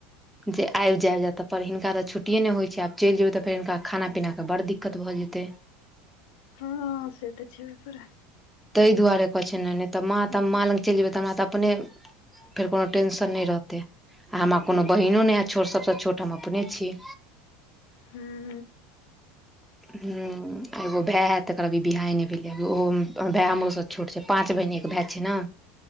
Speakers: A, in the centre; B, on the left (about 70°).
A: जे आइब जाब अतऽ पर हिनका तऽ छट्टिए नहि हो छै आब चलि जेबै तऽ फेर हिनका खाना पीना तऽ बड़ दिक्कत भऽ जेतै।
B: हँ से तऽ छेबे करै।
A: ताहि दुआरे कहै छै नय नहि तऽ माँ तऽ माँ लग चलि जेबैय त हमरा तऽ अपने फेर कोनो टेंशन नहि रहतै आ हमरा कोनो बहिनो नई है छोट सभसँ छोट हम अपने छी।
B: हूँ।
A: हुं एगो भाय है तेकर अभी बियाहे नहि भेलैया ओहो भाइ हमरो स छोट छै पाँच बहिनेे भाइ छै ना।